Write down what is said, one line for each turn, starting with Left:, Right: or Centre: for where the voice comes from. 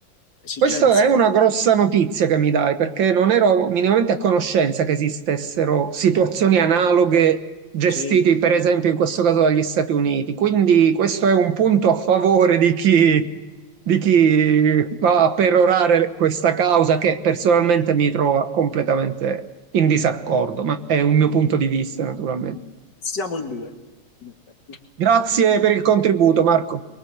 Left: esigenze.
Right: Questa è una grossa notizia che mi dai, perché non ero minimamente a conoscenza che esistessero situazioni analoghe gestite,
Left: Sì,
Right: per esempio, in questo caso dagli Stati Uniti. Quindi questo è un punto a favore di chi, di chi va a perorare questa causa che personalmente mi trova completamente in disaccordo, ma è un mio punto di vista, naturalmente.
Left: siamo in due, in effetti.
Right: Grazie per il contributo, Marco.